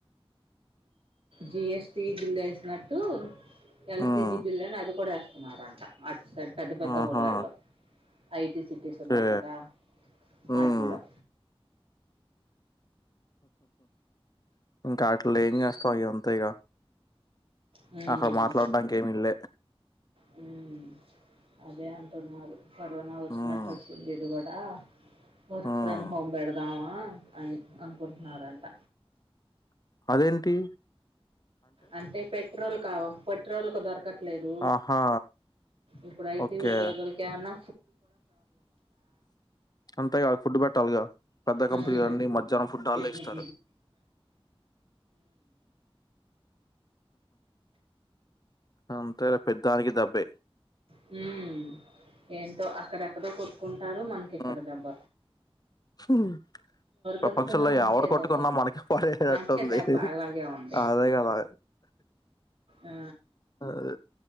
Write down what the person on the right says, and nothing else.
జిఎస్టి బిల్లెవేసినట్టు ఎల్పిజి
బిల్ అని అది కూడ వేస్తున్నారంట అటు సైడ్ పెద్ద పెద్ద
ఊర్లల్లో ఐటి సిటీస్
ఉన్నాయి కదా
వాటిల్లో
అది
హ్మ్
హ్మ్ అదే న్నారు కరోనా వచ్చినట్టు
వచ్చింది ఇది కూడా వర్క్
ఫ్రమ్ హోమ్ పెడ దామా అని అనుకుంటున్నారంట
అంటే పెట్రోల్ కావా పెట్రోల్కు దొరకట్లేదు
ఇప్పుడు ఐటీ
ఉద్యోగలకు ఏమన్న
హ్మ్
హ్మ్
హ్మ్ ఏంటో అక్కడెక్కడో కొట్టు కుంటారు మనకి ఇక్కడ
దేబ్బ
కొట్టుకున్నా మనకే
దెబ్బ
మనకే దెబ్బ అలాగే ఉంది
ఆ,